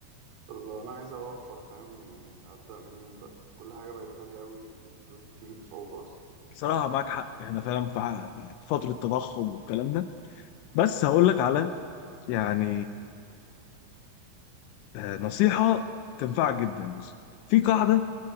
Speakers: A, on the right; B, on the left.
A: طب لو انا عايز اوفر فاهم يعني ابدا منين بقى كل حاجه بقت غاليه قوي والفلوس بتيجي بصعوبه اصلا
B: بصراحة معاك حق احنا فعلا في ع- يعني فترة تضخم والكلام ده بس هقول لك على يعني آه، نصيحة تنفعك جدا بس في قاعدة